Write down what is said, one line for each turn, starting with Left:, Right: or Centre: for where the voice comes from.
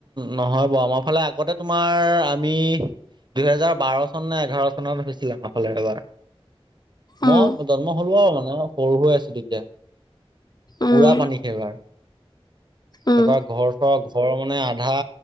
Right: নহয় বাৰু। আমাৰ ফালে আগতে তোমাৰ আমি দুহেজাৰ বাৰ চন নে এঘাৰ চনত হৈছিলে আমাৰ ফালে এবাৰ।
Left: উম,
Right: মই জন্ম হলো আৰু মানে সৰু হৈ আছো তেতিয়া।
Left: উম,
Right: পুৰা পানী সেইবাৰ।
Left: উম,
Right: এইবাৰ ঘৰ-চৰ ঘৰৰ মানে আধা